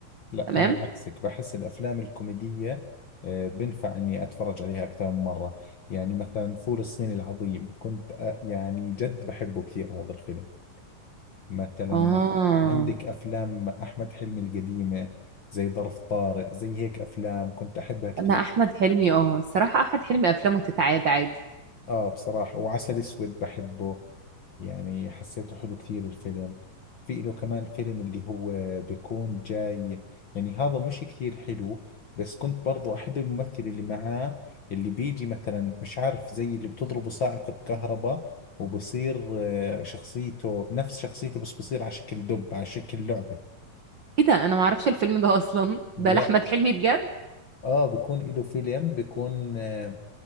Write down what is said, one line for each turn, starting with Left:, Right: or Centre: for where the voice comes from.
Left: لا
Right: تمام
Left: أنا عكسك بحس الأفلام الكوميدية آه، بنفع إني أتفرج عليها أكثر من مرة يعني مثلا فول الصين العظيم كنت آه، يعني جد بحبه كثير هذا الفيلم مثلا
Right: آه
Left: عندك أفلام أحمد حلمي القديمة زي ظرف طارق زي هيك أفلام كنت أحبها كثير
Right: أنا أحمد حلمي آه الصراحة أحمد حلمي أفلامه تتعاد عادي
Left: اه بصراحة وعسل اسود بحبه يعني حسيته حلو كثير الفيلم في له كمان فيلم اللي هو بيكون جاي يعني هذا مش كثير حلو بس كنت برضو احب الممثل اللي معاه اللي بيجي مثلا مش عارف زي اللي بتضربه صاعقة كهرباء وبصير آه، شخصيته نفس شخصيته بس بصير على شكل دب على شكل لعبة
Right: إيه ده أنا معرفش الفيلم ده أصلا ده
Left: لا
Right: لأحمد حلمي بجد
Left: اه بيكون له فيلم بيكون آه،